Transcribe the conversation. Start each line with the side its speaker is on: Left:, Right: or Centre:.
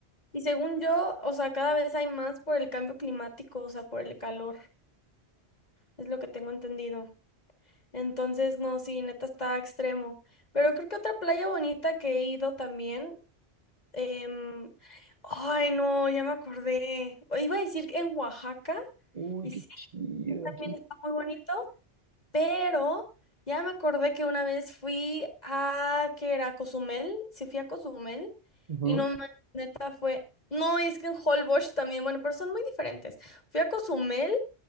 Left: y según yo, o sea, cada vez hay más por el cambio climático, o sea, por el calor. Es lo que tengo entendido. Entonces, no, sí, neta está extremo. Pero creo que otra playa bonita que he ido también. em, ay, no, ya me acordé. O Iba a decir que en Oaxaca,
Right: Uy,
Left: y
Right: qué
Left: sí,
Right: chido.
Left: sí, también está muy bonito, pero ya me acordé que una vez fui a, que era Cozumel, sí fui a Cozumel,
Right: Ujú,
Left: y no me fue. No, es que en Holbox también, bueno, pero son muy diferentes. Fui a Cozumel